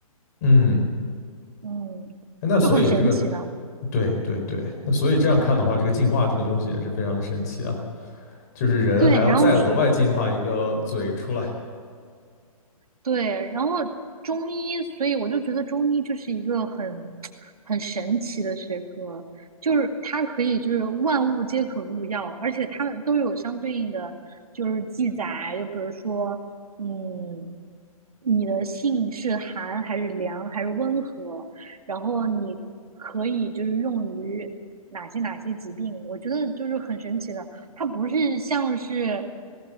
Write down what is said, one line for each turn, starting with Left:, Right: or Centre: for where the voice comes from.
Left: 嗯，
Right: 嗯，
Left: 哎那所以这个
Right: 就很神奇的。
Left: 对对对，那所以这样看的话，这个进化这个东西也是非常的神奇啊，就是人还要再额外进化一个嘴出来。
Right: 对，然后对，然后中医，所以我就觉得中医就是一个很很神奇的学科，就是它可以就是万物皆可入药，而且它们都有相对应的就是记载，就比如说，嗯，你的性是寒还是凉还是温和，然后你可以就是用于哪些哪些疾病，我觉得就是很神奇的。它不是像是，